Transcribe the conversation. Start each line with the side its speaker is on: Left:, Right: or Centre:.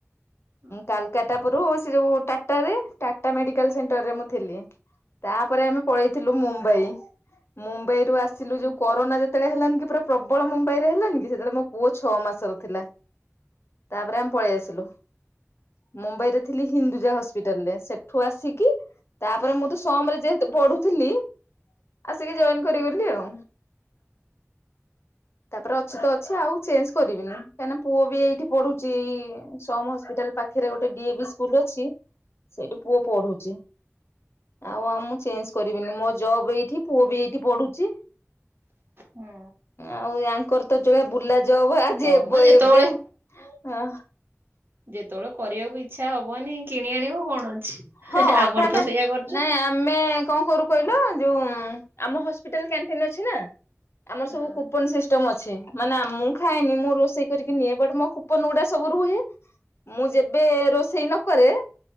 Right: ଓହୋ।
Left: କାଲକାଟା ପରୁ ସେ ଯୋଉ ଟା ଟା ରେ ଟାଟା ମେଡିକାଲ ସେଣ୍ଟରରେ ମୁଁ ଥିଲି। ତାପରେ ଆମେ ପଳେଇଥିଲୁ ମୁମ୍ବାଇ। ମୁମ୍ବାଇ ରୁ ଆସିଲୁ
Right: ଉଁ
Left: ଯୋଉ କରୋନା ଯେତେବେଳେ ହେଲାନି କି ପୁରା ପ୍ରବଳ ମୁମ୍ବାଇ ରେ ହେଲାନି କି ସେତେବେଳେ ମୋ ପୁଅ ଛଅ ମାସର ଥିଲା। ତାପରେ ଆମେ ପଳେଇ ଆସିଲୁ। ମୁମ୍ବାଇରେ ଥିଲି ହିନ୍ଦୁଯା ହସ୍ପି ସ୍ପିଟାଲରେ ସେଠୁ ଆସିକି ତାପରେ ମୁଁ ତ ସମ ରେ ଯେହେତୁ ପଢୁଥିଲି ଆସିକି ଜଏନ କରିଗଲି ଆଉ। ତାପରେ ଅଛି ତ ଅଛି ଆଉ ଚେଞ୍ଜ କରିବିନି କାହିଁକିନା ପୁଅ ବି ଏଇଠି ପଢୁ ଚି ସମ ହସ୍ପିଟାଲ ପାଖରେ ଗୋଟେ ଡିଏ ବି ସ୍କୁଲ ଅଛି। ସେଇଠି ପୁଅ ପଢୁଚି। ଆଉ ଆମ ମୁଁ ଚେଞ୍ଜ କରିବିନି ମୋ ଜବ ଏଇଠି ପୁଅ ବି ଏଇଠି ପଢୁଚି।
Right: ହୁଁ।
Left: ଆଉୟାଙ୍କର ତ ଚଳିଆ ବୁଲା ଜବ ହବ ଆଜି
Right: ହଁ
Left: ଏବ
Right: ମ ଯେତେବେଳେ
Left: ଏବେ ହ
Right: ଯେତେବେଳେ କରିବାକୁ ଇଚ୍ଛା ହବନି କିଣି ଆଣିବ କଣ ଅଛି।
Left: ହଁ
Right: ଆମର
Left: ଅଧାଟା
Right: ତ ସେଇଆ କରୁଛୁ।
Left: ନାଇଁ ଆ ଆମେ କଣ କରୁ କହିଲ ଯୋଉ ଆମ ହସ୍ପିଟାଲ କ୍ୟାଣ୍ଟିନ ଅଛି ନା। ଆମର
Right: ହଁ
Left: ସବୁ କୁପନ ସି ଷ୍ଟମ୍ ଅଛି ମାନେ ଆ ମୁଁ ଖାଏନି ମୁଁ ରୋଷେଇ କରିକି ନିଏ ବଟ୍ ମୋ କୁପନ୍ ଗୁଡା ସବୁ ରୁହେ। ମୁଁ ଯେବେ ରୋଷେଇ ନକରେ